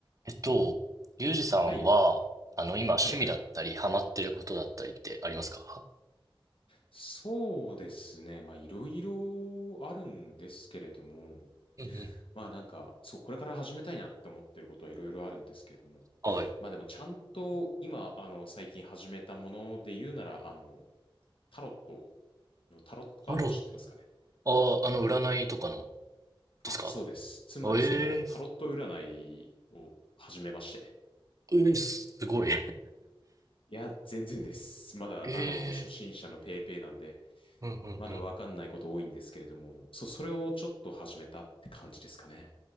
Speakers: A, on the right; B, on the left.
A: えっと、ゆうじさんは、
B: はい。
A: あの、今、趣味だったり、
B: はいはい。
A: ハマってることだったりってありますか
B: そうですね。まあ、いろいろあるんですけれども、
A: うんうん。
B: まあなんか、そう、これから始めたいなって思ってることはいろいろあるんですけれども、
A: はい。
B: まあでもちゃんと今、あの、最近始めたもので言うなら、あの、タロットのタロットカード知ってますかね
A: タロット、
B: あの、
A: ああ、あの、占いとかの、ですか
B: あ、そうです。つまりそのタロット占いを始めまして。
A: あえええーすごい。
B: いや、全然です。まだ、
A: <laughs> え
B: あの、初心者のペーペーなんで、
A: ー、うんうんうん。
B: まだわかんないこと多いんですけれども、そ、それをちょっと始めたって感じですかね。